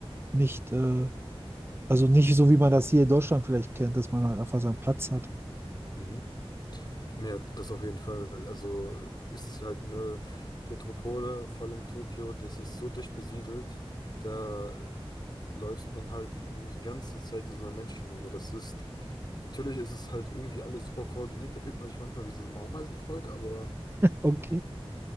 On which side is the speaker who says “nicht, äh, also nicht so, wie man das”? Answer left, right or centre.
Right